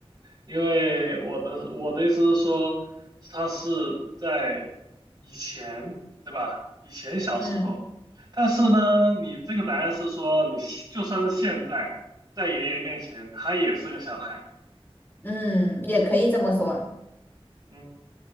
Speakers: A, on the right (about 40°); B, on the left (about 20°).
A: 因为我的我的意思是说，他是在以前，对吧？以前小时候，
B: 嗯
A: 但是呢，你这个答案是说，你现就算是现在，在爷爷面前，他也是个小孩。
B: 嗯，也可以这么说。
A: 嗯，